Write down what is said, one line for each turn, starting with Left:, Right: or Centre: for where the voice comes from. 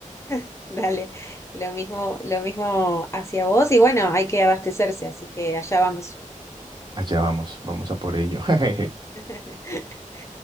Left: <laughs> Dale, lo mismo, lo mismo hacia vos y bueno, hay que abastecerse, así que allá vamos.
Right: Allá vamos, vamos a por ello. <laughs>
Left: <laughs>